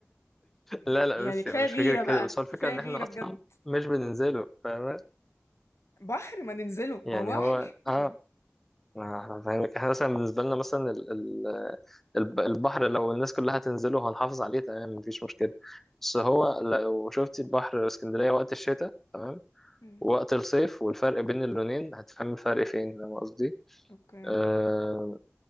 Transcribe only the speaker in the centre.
لا لا
بس
يعني مش
فكرة كده
بس هو الفكرة
ان
احنا اصلا
مش بننزله فاهم
يعني
هو
اه ما احنا فاهمك احنا مثلا بالنسبة لنا مثلا ال- ال- الب- البحر لو الناس كلها هتنزله هنحافظ عليه تمام مفيش مشكلة بس هو لو شفتي البحر اسكندرية وقت الشتاء تمام
ووقت الصيف والفرق بين اللونين هتفهم الفرق فين فاهم قصدي
أه